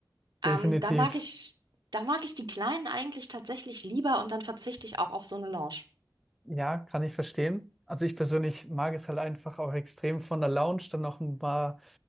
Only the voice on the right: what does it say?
Ähm,
da mag ich, da mag ich die Kleinen eigentlich tatsächlich lieber und dann verzichte ich auch auf so eine Lounge.